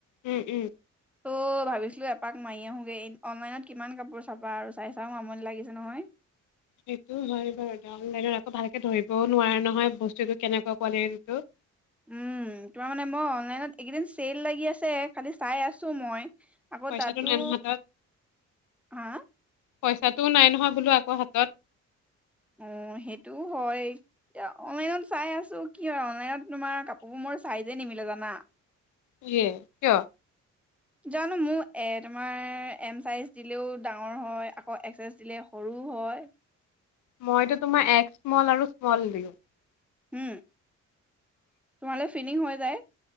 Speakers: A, on the left; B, in the centre.
A: উম, উম।
B: ত' ভাবিছিলো এপাক মাৰি আহোগে অনলাইনত কিমান কাপোৰ চাবা আৰু চাই চা আমনি লাগিছে নহয়।
A: সেইটো হয় বাৰু। অনলাইনত আকৌ ভালকে ধৰিবও নোৱাৰে নহয় বস্তুটো কেনেকুৱা কোৱালিটিটো।
B: উম তোমাৰ মানে মই অনলাইনত এইকেইদিন চেল লাগি আছে, খালি চাই আছো মই। আকৌ
A: পইচাটো
B: তাতো,
A: নাই নহয় হাতত
B: হা?
A: পইচাটোও নাই নহয় বোলো আকৌ হাতত।
B: অ সেইটোও হয় এতিয়া অনলাইনত চাই আছোঁ কি হয়, অনলাইনত তোমাৰ কাপোৰবোৰ মোৰ চাইজে নিমিলে জানা।
A: ইএ কিয়?
B: জানো মোক এ তোমাৰ এম চাইজ দিলেও ডাঙৰ হয় আকৌ এক্স এচ দিলে সৰু হয়।
A: মইতো তোমাৰ এক স্মল আৰু স্মল দিওঁ।
B: উম। <inaudible> যায়।